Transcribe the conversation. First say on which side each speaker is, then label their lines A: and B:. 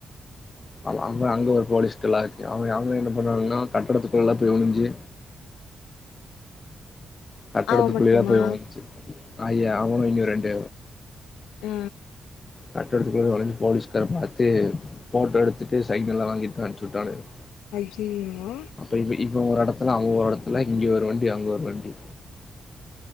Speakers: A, on the left (about 45°); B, on the left (about 80°).
A: <unintelligible> அங்க அங்க ஒரு போலிஸ்ட் <unintelligible> அவுங்க அவுங்க என்ன பண்ணுவானுங்கனா கட்டடத்துக்குள்ளலா போய் ஒலிஞ்சி கட்டடத்துக்குள்ளயா
B: அவ மட்டுமா
A: போய் ஒளிஞ்சி ஐயா அவுனு இன்னியூ ரெண்டு
B: ஆ
A: கட்டடத்துக்குள்ள ஒலிஞ்சு போலீஸ்கார பாத்து ஃபோட்டோ எடுத்துட்டு சைனெல்லா வாங்கிட்தா அனுச்சுட்டானுக
B: ஐயையோ
A: அப்ப இவ் இவ ஒரு எடத்துல அவ ஒரு எடத்துல இங்க ஒரு வண்டி அங்க ஒரு வண்டி